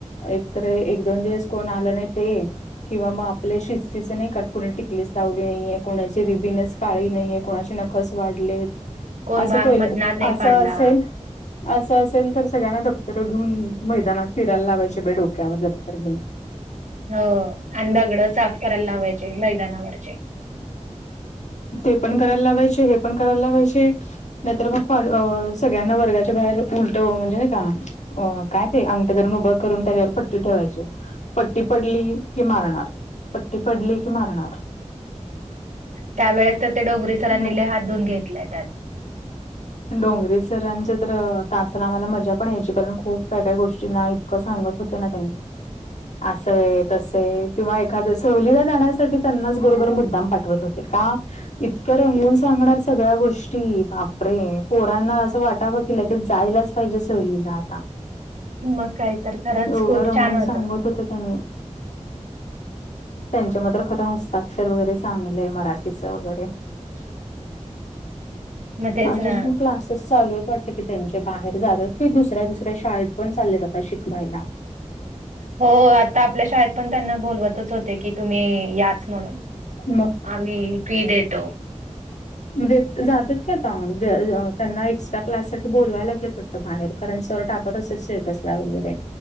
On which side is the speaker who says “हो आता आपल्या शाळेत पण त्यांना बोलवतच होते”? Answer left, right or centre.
Right